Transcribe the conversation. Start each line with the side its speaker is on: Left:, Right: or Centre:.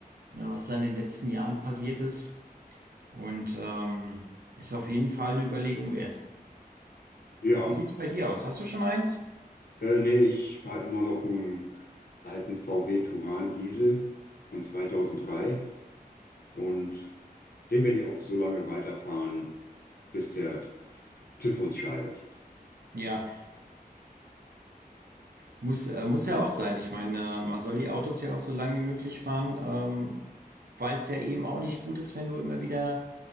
Right: ne, was da in den letzten Jahren passiert ist. Und ähm, ist auf jeden Fall eine Überlegung wert.
Left: Ja,
Right: Wie sieht's bei dir aus? Hast du schon eins?
Left: äh, nee, ich fahre immer noch einen alten VW Touran Diesel von 2003 und den werde ich auch so lange weiterfahren, bis der TÜV uns scheidet.
Right: Ja. Muss, äh, muss ja auch sein. Ich meine, äh, man soll die Autos ja auch so lang wie möglich fahren, ähm, weil es ja eben auch nicht gut ist, wenn du immer wieder